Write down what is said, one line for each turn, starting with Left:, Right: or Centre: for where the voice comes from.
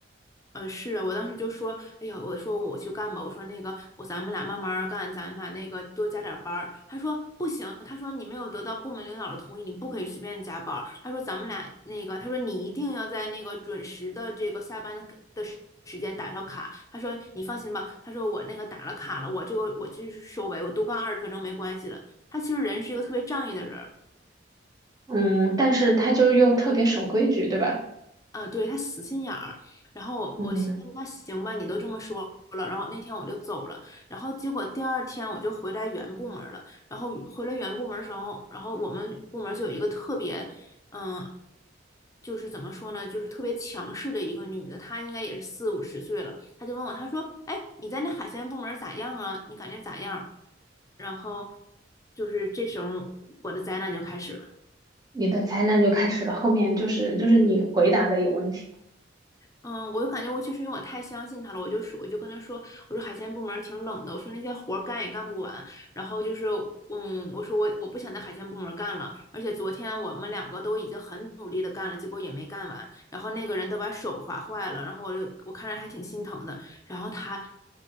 Left: 嗯，是啊，我当时就说，哎呀，我说我去干吧，我说那个，我咱们俩慢慢儿干，咱俩那个多加点儿班儿。他说不行，他说你没有得到部门领导的同意，你不可以随便加班儿。他说咱们俩那个，他说你一定要在那个准时的这个下班的的时时间打上卡。他说你放心吧，他说我那个打了卡了，我这个我就是收尾，我多干二十分钟没关系的。他其实人是一个特别仗义的人，
Right: 嗯，但是他就又特别守规矩，对吧？
Left: 嗯，对，他死心眼儿。然后我寻思，
Right: 嗯，
Left: 那行吧，你都这么说了。然后那天我就走了。然后结果第二天我就回来原部门儿了。然后回来原部门儿的时候，然后我们部门儿就有一个特别，嗯，就是怎么说呢，就是特别强势的一个女的，她应该也是四五十岁了。她就问我，她说：“哎，你在那海鲜部门儿咋样啊？你感觉咋样？”然后就是这时候我的灾难就开始了。
Right: 你的灾难就开始了，后面就是就是你回答的有问题，
Left: 嗯，我就感觉我就是因为我太相信他了，我就说我就跟他说，我说海鲜部门儿挺冷的，我说那些活儿干也干不完，然后就是嗯，我说我我不想在海鲜部门儿干了，而且昨天我们两个都已经很努力的干了，结果也没干完，然后那个人都把手划坏了，然后我就我看着还挺心疼的，然后他